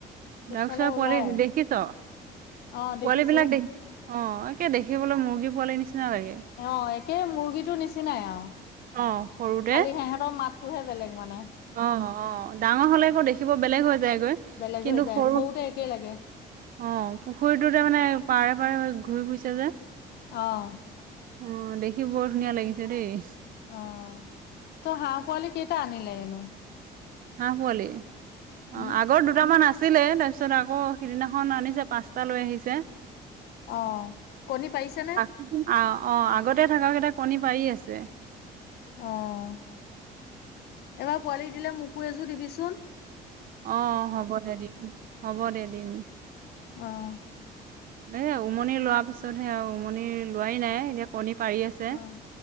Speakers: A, on the left; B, on the right.
A: পিছফালে
B: ডাউক চৰাই
A: ওলাই
B: পোৱালি দেখিছ পোৱালি
A: অ দেখিছো
B: বিলাক দেখি অ একেই দেখিবলৈ মুৰ্গী পোৱালি নিচিনা লাগে।
A: অ একেই মুৰ্গীটোৰ নিচিনাই আৰু খালি
B: অ', সৰুতে
A: সেহঁতৰ মাত টোহে বেলেগ মানে
B: অ' অ' ডাঙৰ হ'লে আকৌ দেখিব বেলেগ হৈ যায়গৈ।
A: বেলেগ
B: কিন্তু
A: হৈ যায়
B: সৰু
A: সৰুতে একেই লাগে
B: অ' পুখুৰীটোৰ তাৰমানে পাৰে পাৰে ঘূৰি ফুৰিছে যে।
A: অ'
B: অ' দেখি বৰ ধুনীয়া লাগিছে দেই।
A: অ' ত হাঁহ পোৱালি কেইটা আনিলেনো?
B: হাঁহ পোৱালি অ'
A: উম
B: আগ আগৰ দুটামান আছিলেই তাৰপিছত আকৌ সিদিনাখন আনিছে পাঁচটা লৈ আহিছে।
A: অ' কণী পাৰিছে নে?
B: অ' অ' আগতে থকা কেইটাই কণী পাৰি আছে।
A: অ' এইবাৰ পোৱালি দিলে মোকো এযোৰ দিবিচো
B: অ' হ'ব দে দিম হ'ব দে দিম।
A: অ'
B: এই উমনি লোৱাৰ পিছতহে আৰু উমনি লোৱাই নাই। এ কণী পাৰি আছে।
A: অ